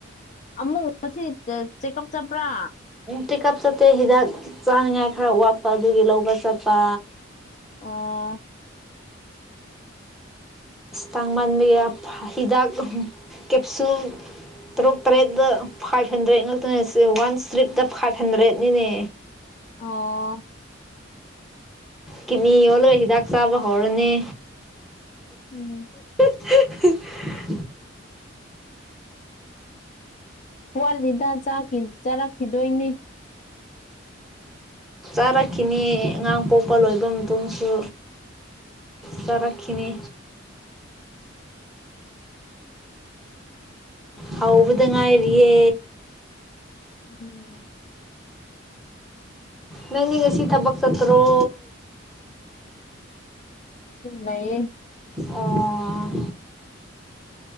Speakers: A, on the left; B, in the centre.
A: ꯑꯃꯨꯛ ꯉꯁꯤ ꯆꯦꯛꯑꯞ ꯆꯠꯄ꯭ꯔꯥ
B: ꯇꯤꯛꯀꯞ ꯆꯠꯇꯦ ꯍꯤꯗꯥꯛ ꯆꯥꯅꯤꯉꯥꯏ ꯈꯔ ꯋꯥꯠꯄ ꯑꯗꯨꯒꯤ ꯂꯧꯕ ꯆꯠꯄ
A: ꯑ
B: ꯇꯥꯡꯃꯥꯟꯕꯤ ꯍꯤꯗꯥꯛ ꯀꯦꯞꯁꯨ ꯇꯔꯨꯛ ꯇꯔꯦꯠꯇ ꯐꯥꯏꯚ ꯍꯟꯗ꯭ꯔꯦꯠ ꯉꯥꯛꯇꯅꯦ ꯋꯥꯟ ꯏꯁꯇ꯭ꯔꯤꯞꯇ ꯐꯥꯏꯚ ꯍꯟꯗ꯭ꯔꯦꯠꯅꯤꯅꯦ
A: ꯑꯣ
B: ꯀꯤꯅꯤ ꯌꯣꯜꯂꯒ ꯍꯤꯗꯥꯛ ꯆꯥꯕ ꯍꯧꯔꯅꯤ
A: ꯎꯝ
B: <inaudible>
A: ꯋꯥꯠꯂꯤꯗ ꯆꯥꯔꯛꯈꯤꯗꯣꯏꯅꯤ
B: ꯆꯥꯔꯛꯈꯤꯅꯤ ꯑꯉꯥꯡ ꯄꯣꯛꯄ ꯂꯣꯏꯕ ꯃꯇꯨꯡꯁꯨ ꯆꯔꯥꯈꯅꯤ ꯍꯥꯎꯕꯗ ꯉꯥꯏꯔꯤꯌꯦ
A: ꯎꯝ
B: ꯅꯪꯅꯦ ꯉꯁꯤ ꯊꯕꯛ ꯆꯠꯇ꯭ꯔꯣ
A: ꯅꯌꯦ
B: ꯑꯣ